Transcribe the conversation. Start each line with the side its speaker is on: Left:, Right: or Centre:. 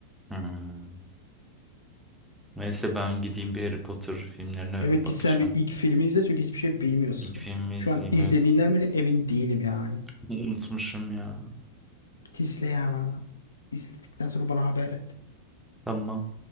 Centre: hmm. Neyse ben gideyim bir Harry Potter filmlerine
Left: Evet
Centre: bakacağım.
Left: git sen bir ilk filmi izle çünkü hiçbir şey bilmiyorsun.
Centre: İlk filmi
Left: Şu
Centre: izleyeyim
Left: an izlediğinden
Centre: evet.
Left: bile emin değilim yani.
Centre: <laughs> Unutmuşum ya.
Left: Git izle ya. İzledikten sonra bana haber et.
Centre: Tamam.